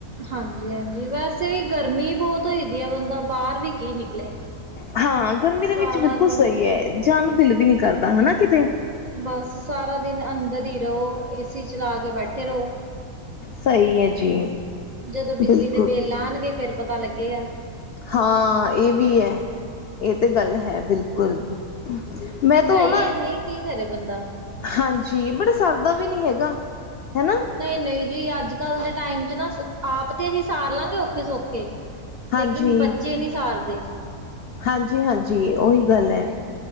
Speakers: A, on the right (about 45°); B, on the left (about 80°).
A: ਹਾਂਜੀ ਹਾਂਜੀ, ਵੈਸੇ ਵੀ ਗਰਮੀ ਬੋਤ ਹੋਈ ਦੀ ਆ, ਬੰਦਾ ਬਾਹਰ ਵੀ ਕੀ ਨਿਕਲੇ।
B: ਹਾਂ, ਗਰਮੀ ਦੇ
A: ਸਾਰਾ
B: ਵਿੱਚ ਬਿਲਕੁਲ
A: ਦਿਨ
B: ਸਹੀ ਹੈ, ਜਾਣ ਨੂੰ ਦਿਲ ਵੀ ਨੀ ਕਰਦਾ ਹੈਨਾ ਕਿਤੇ।
A: ਬਸ ਸਾਰਾ ਦਿਨ ਅੰਦਰ ਈ ਰੳ, ਏਸੀ ਚਲਾ ਕੇ ਬੈਠੇ ਰੳ।
B: ਸਹੀ ਹੈ ਜੀ,
A: ਜਦੋ ਬਿਜਲੀ
B: ਬਿਲਕੁਲ।
A: ਦੇ ਬਿੱਲ ਆਣਗੇ ਫੇਰ ਪਤਾ ਲੱਗੇਗਾ।
B: ਹਾਂ ਏ ਵੀ ਐ। ਏ ਤੇ ਗੱਲ ਹੈ ਬਿਲਕੁਲ। ਮੈਂ
A: ਮਹਿੰਗਾਈ
B: ਤੋ ੳ ਨਾ
A: ਇੰਨੀ ਹੈ, ਕੀ ਕਰੇ ਬੰਦਾ।
B: ਹਾਂਜੀ, ਬਰ ਸਰਦਾ ਵੀ ਨੀ ਹੈਗਾ, ਹੈਨਾ।
A: ਨਈ ਨਈ ਜੀ, ਅੱਜ ਕੱਲ ਦੇ ਟਾਈਮ ਚ ਨਾ ਸ ਆਪ ਤੇ ਅਸੀ ਸਾਰ ਲਾਂਗੇ ਔਖੇ ਸੌਖੇ
B: ਹਾਂਜੀ
A: ਲੇਕਿਨ ਬੱਚੇ ਨੀ ਸਾਰਦੇ।
B: ਹਾਂਜੀ ਹਾਂਜੀ, ੳਹੀ ਗੱਲ ਐ।